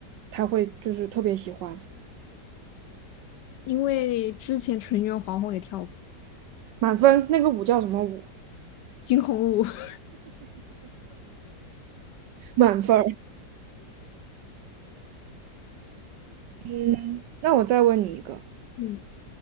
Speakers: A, on the right; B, on the left.
A: 他会就是特别喜欢？
B: 因为之前纯元皇后也跳过
A: 满分，那个舞叫什么舞？
B: 惊鸿舞。<laughs>
A: 满分。嗯，那我再问你一个，
B: 嗯